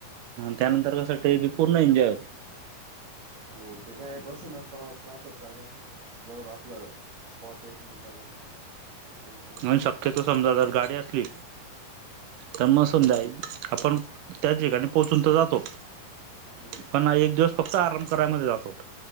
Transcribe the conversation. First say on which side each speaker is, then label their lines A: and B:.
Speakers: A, on the right; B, on the right.
A: त्यानंतर कसंसाठीी पूर्ण एन्जॉय होते.
B: हो ते काय बसूनच प्रवास राहतो सगा. जवळ आपलं स्पॉट येत नाही जवळ. स्टेशन
A: म्हण शक्यतो समजा जर गाडी असली. तर मग समजा आपण त्या ठिकाणी पोहोचून तर जातो.
B: हम्म
A: पण एक दिवस फक्त आराम करायमध्ये जातो.